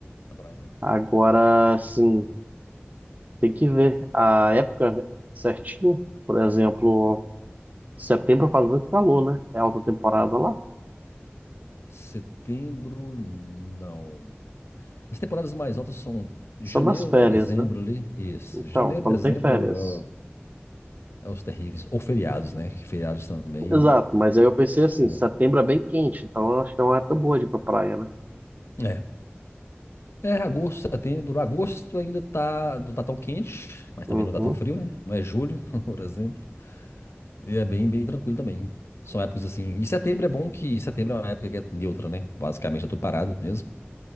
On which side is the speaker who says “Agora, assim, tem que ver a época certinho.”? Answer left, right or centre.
Right